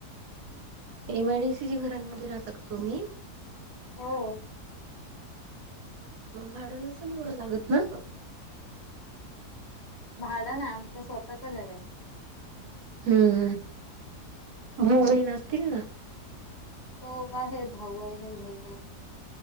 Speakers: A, on the right; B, on the left.
A: एम आय डी सी च्या घरांमध्ये राहता का तुम्ही?
B: हॊ हॊ.
A: मग भाडं नसलं एवढं लागत ना.
B: भाडं नाय आमचं स्वतःचं घरय.
A: हम्म हम्म भाव बहीण असतीलं ना.
B: हॊ आहेत भाऊ आहे बहीण ये.